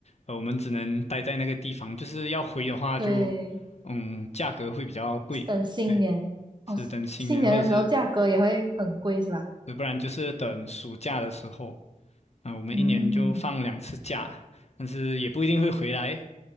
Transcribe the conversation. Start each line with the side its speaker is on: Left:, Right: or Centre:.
Left: 呃，我们只能待在那个地方，就是要回的话就，
Right: 对，
Left: 嗯，价格会比较贵，
Right: 等新年哦，
Left: 对，是等新年或者是，
Right: 新年的时候价格也会很贵是吧？
Left: 呃不然就是等暑假的时候，啊、我们一年就放两次假，
Right: 嗯，
Left: 但是也不一定会回来。